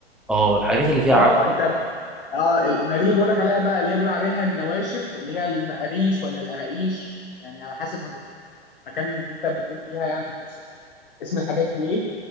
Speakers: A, in the centre; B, on the left.
A: اه الحاجات اللي فيها
B: اه
A: عجوه
B: انت اه ال- ما دي اللي بقولك عليها بقى اللي هي بيقولوا عليها النواشف اللي هي المقاريش ولا القراقيش يعني على حسب ما بت- المكان اللي انت بتقول فيها يعني بص- اسم الحاجات دي ايه